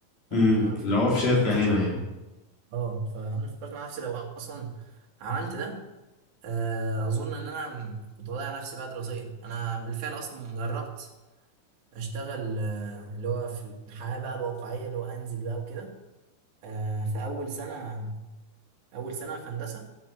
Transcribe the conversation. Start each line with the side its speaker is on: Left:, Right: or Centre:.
Right: فانا
Left: امم
Right: فكرت
Left: اللي هو في شركة
Right: مع نفسي
Left: هنا يعني
Right: اه فانا فكرت مع نفسي لو اصلا عملت ده آه، اظن ان انا م- كنت هضيع نفسي بقى دراسيا انا بالفعل اصلا جربت اشتغل آه، اللي هو في الحياه بقى الواقعيه اللي هو انزل بقى وكده آه، في اول سنه اول سنه في هندسه